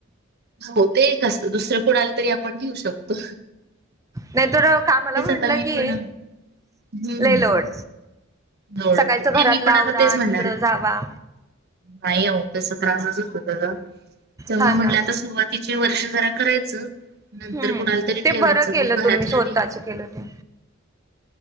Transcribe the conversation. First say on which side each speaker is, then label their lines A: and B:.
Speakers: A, on the right (about 50°); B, on the right (about 15°).
A: हो ते एक असत दुसरं कोणाला तरी आपण घेऊ शकतो.
B: नाहीतर कामाला
A: तेच
B: म्हणलं
A: आता मी
B: की
A: पण हम्म
B: लई लोड
A: जोडवतो
B: सकाळच
A: नाही
B: घरातला
A: मी पण आता
B: आवरा
A: तेच
B: आणि
A: म्हणणार
B: तिकड
A: आहे.
B: जावा
A: नाही हो तस त्रासच होत होता ग. जवळ
B: हा
A: म्हटलं
B: ना
A: आता सुरुवातीचे वर्ष जरा करायचं. नंतर
B: हम्म
A: कुणाला तरी
B: ते
A: ठेवायचं
B: बरं केलं
A: मग घरातल्यानी
B: तुम्ही स्वतःच केलं ते